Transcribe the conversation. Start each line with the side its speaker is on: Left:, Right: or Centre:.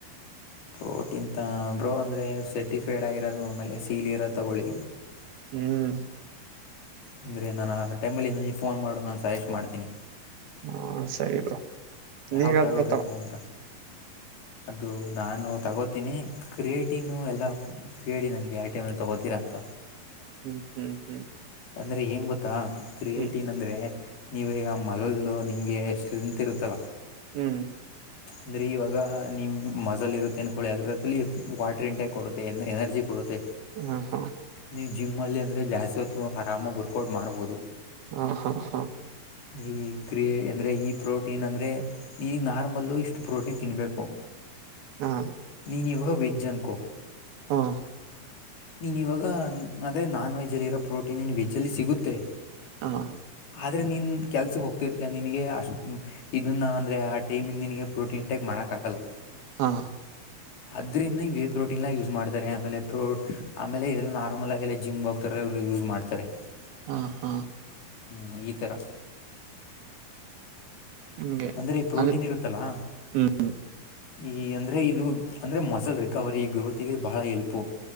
Left: ಪ್ರೋಟೀನ್ ತ ಬ್ರೋ ಅಂದ್ರೆ ಸೆಟಿಫೈಡ್ ಆಯ್ ರದು ಆಮೇಲೆ ಸೀಲಿ ಇರದ್ ತಗೊಳಿ
Right: ಹ್ಮ್
Left: ಅಂದ್ರೆ ನಾನ ಟೈಮಲ್ಲಿ ಫೋನ್ ಮಾಡು ನಾನು ಸಜೆಸ್ ಮಾಡ್ತೀನಿ
Right: ಹ್ಮ ಸರಿ ಬ್ರೋ
Left: ಯಾವ್
Right: ನೀವ್ ಯಾವುದು
Left: ತಗೋಬೇಕು
Right: ಬ್ರೋ
Left: ಅಂತ ಅದು ನಾನು ತಗೋತೀನಿ ಕ್ರಿಯೇಟಿನ್ ಎಲ್ಲ ಫೇ ನನ್ಗೆ ಆ ಟೈಮಲ್ಲಿ ತಗೋತೀರ ಅಂತ
Right: ಹ್ಮ್ ಹ್ಮ್ ಹ್ಮ್
Left: ಅಂದ್ರೆ ಎನ್ ಗೊತ್ತಾ ಕ್ರಿಯೇಟಿವನ್
Right: ಹ್ಮ್
Left: ಅಂದ್ರೆ ನೀವ್ ಈಗ ಮೊಲ್ ನಿಮ್ಗೆ ಸ್ಟ್ರೆಂತ್ ಇರುತ್ತಲ್ಲಾ
Right: ಹ್ಮ್
Left: ಅಂದ್ರೆ ಇವಾಗ ನಿಮ್ ಮಜಲ್ ಇರುತ್ತೆ ಅನ್ಕೊಳ್ಳಿ ಅದ್ರದಲ್ಲಿ ವಾಟ್ರ್ ಇಂಟ್ಯಾಕ್ ಕೊಡುತ್ತೆ ಎ ಎನರ್ಜಿ ಕೊಡುತ್ತೆ
Right: ಹಾ ಹಾ
Left: ನೀವು ಜಿಮ್ ಅಲ್ಲಿ ಅಂದ್ರೆ ಜಾಸ್ತಿ ಹೊತ್ತು ಆರಾಮಾಗಿ ವರ್ಕೌಟ್ ಮಾಡ್ಬಹದು
Right: ಹಾ ಹಾ ಹಾ
Left: ಈ ಕ್ರಿಯೆ ಅಂದ್ರೆ ಈ ಪ್ರೋಟೀನ್ ಅಂದ್ರೆ ಈ ನಾರ್ಮಲ್ಲು ಇಷ್ಟು ಪ್ರೋಟೀನ್ ತಿನ್ಬೇಕು
Right: ಹಾ ಹಾ
Left: ನೀನ್ ಇವಾಗ ವೆಜ್ ಅನ್ಕೋ
Right: ಹ್ಮ
Left: ನೀನ್ ಇವಾಗ ಅಂದ್ರೆ ನಾನ್ ವೆಜ್ ಅಲ್ಲಿ ಇರೋ ಪ್ರೋಟೀನ್ ನಿನ್ ವೆಜ್ ಅಲ್ಲಿ ಸಿಗುತ್ತೆ
Right: ಹಾ ಹಾ
Left: ಆದ್ರೆ ನೀನ್ ಕೆಲ್ಸಕ್ಕೆ ಹೋಗ್ತಿರ್ತಯ ನಿನಗೆ ಅಷ್ಟ ಇದನ್ನ ಅಂದ್ರೆ ಆ ಟೈಮಿಗೆ ನಿನಗೆ ಪ್ರೋಟೀನ್ ಟ್ಯಾಕ್ ಮಾಡಕ್ಕ ಆಗಲ್ಲ
Right: ಹಾ
Left: ಅದ್ರಿಂದ ಇ ವೇ ಪ್ರೋಟೀನ್ ಎ ಯೂಸ್ ಮಾಡ್ತಾರೆ ಪ್ರೊ ಆಮೇಲೆ ಆಮೇಲೆ ಇದೆಲ್ಲ ನಾರ್ಮಲ್ ಆ ಎಲ್ಲ ಜಿಮ್ ಹೋಗ್ತಾರೆ <unintelligible> ಯೂಸ್ ಮಾಡ್ತಾರೆ
Right: ಹಾ ಹಾ
Left: ಹ್ಮ್ ಈ ತರ
Right: ಹಂಗೆ
Left: ಅಂದ್ರೆ ಈ ಪ್ರೋಟೀನ್
Right: ಅಂದ್ರ
Left: ಇರುತ್ತಲಾ
Right: ಹ್ಮ್
Left: ಈ ಅಂದ್ರೆ ಇದು ಅಂದ್ರೆ ಮಸಲ್ ರಿಕವರಿ ಗ್ರೋತಿ ಗೆ ಬಹಳ ಎಲ್ಪ್